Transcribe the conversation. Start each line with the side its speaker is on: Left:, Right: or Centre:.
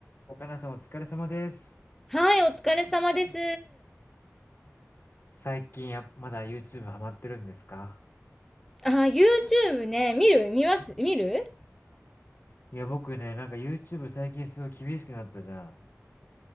Left: 岡菜さんお疲れ様です。
Centre: はい、お疲れ様です。
Left: 最近や、まだ YouTube ハマってるんですか
Centre: あー、YouTube ね、見る見ます見る
Left: いや、僕ね、なんか YouTube 最近すごい厳しくなったじゃん。